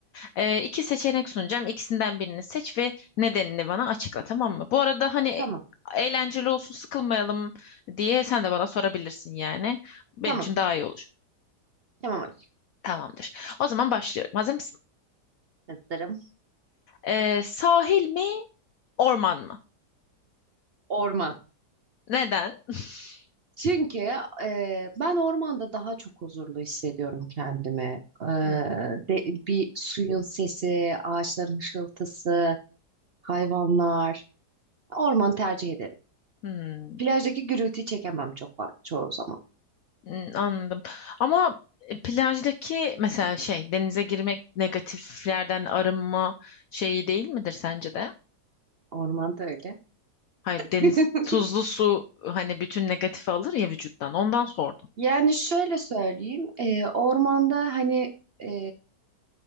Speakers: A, on the left; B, on the right.
A: Ee, iki seçenek sunacağım. İkisinden birini seç ve nedenini bana açıkla, tamam mı? Bu arada hani
B: Tamam.
A: eğlenceli olsun, sıkılmayalım diye sen de bana sorabilirsin yani. Benim
B: Tamam.
A: için daha iyi olur.
B: Tamam aşkım.
A: Tamamdır. O zaman başlıyorum. Hazır mısın?
B: Hazırım.
A: Ee, sahil mi, orman mı?
B: Orman.
A: Neden? <laughs>
B: Çünkü e, ben ormanda daha çok huzurlu hissediyorum kendimi. E,
A: Hmm,
B: de, bir suyun sesi, ağaçların hışıltısı, hayvanlar. Orman tercih ederim.
A: hmm,
B: Plajdaki gürültüyü çekemem çok fa- çoğu zaman.
A: hmm, anladım. Ama e, plajdaki mesela şey denize girmek negatiflerden arınma şeyi değil midir sence de?
B: Ormanda öyle.
A: Hayır
B: <laughs>
A: deniz tuzlu su hani bütün negatifi alır ya vücuttan ondan sordum.
B: Yani şöyle söyleyeyim, e, ormanda hani e,